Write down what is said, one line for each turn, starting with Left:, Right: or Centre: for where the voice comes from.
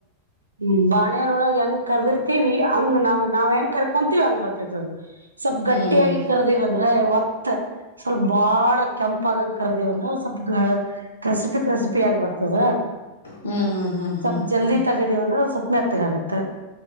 Right: ಹ್ಮ್ ಬಾಣಲ್ ಒಳಗೆ ಹೆಂಗ್ ಕರ್ದಿರ್ತಿೀವಿ ಹಂಗ್ ನಾವ್ ನಾವ್ ಹೆಂಗ ಕರ್ಕೊಂತೀವಿ ಹಂಗ್ ಬರ್ತತದದು. ಸ್ವಲ್ಪ್ ಗಟ್ಟಿಯಾಗಿ
Left: ಹ್ಮ್ ಹ್ಮ್
Right: ಕರ್ದೀವ ಅಂದ್ರೆ ಒತ್ತ. ಸ್ವಲ್ಪ ಬಾಳ ಕೆಂಪ ಆಗಂಗ ಕರದವಂದ್ರ ಸ್ವಲ್ಪ. ಕ್ರಸಿಪಿ ಕ್ರಸಿಪಿ ಆಗ ಬರ್ತದ
Left: ಹ್ಮ್ ಹ್ಮ್ ಹ್ಮ್ ಹ್ಮ್ ಹ್ಮ್
Right: ಸ್ವಲ್ ಜಲ್ದಿ. ತಗೀಿ ಅಂದ್ರೆ ಸಪ್ಪನೆತ್ತಗುತ್ತೆ.